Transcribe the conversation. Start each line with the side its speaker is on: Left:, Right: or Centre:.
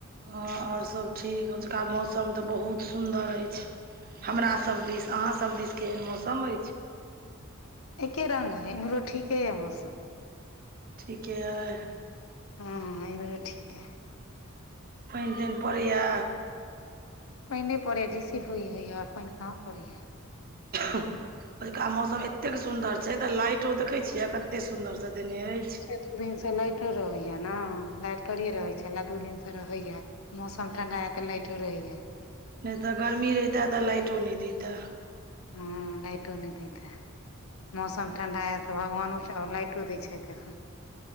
Right: हँ आओर सभ ठीक। ओजका मौसम तऽ बहुत सुन्दर अछि। हमरासभ दिस, अहाँसभ दिस केहेन मौसम अछि।
Left: एक्के रंग अय। एम्हरो ठीके यै मौसम।
Right: ठीके अई?
Left: हुम्म, एम्हरो ठीक है।
Right: पाइनि ताइन पड़ैया?
Left: पाइन नहि पड़ैया। झिसी होइ हइए। आओर पाइन कहाँ पड़ैया।
Right: कोलका मौसम एतेक सुन्दर से तऽ लाइटो देखै छियै, कतेक सुंन्दर से देने अछि।
Left: एक दू दिन से लाइटो रहैया न। लाइट थोड़िये रहै छलए। दू दिन से रहैया। मौसम ठंडा य तऽ लाइटो रहैया।
Right: नहि तऽ गर्मी रहिते तऽ लाइटो नहि दयते।
Left: हुम्म लाइटो नहि दैते। मौसम ठंडा अय तऽ भगवानो सब लाइटो दैत छथिन। <unintelligible>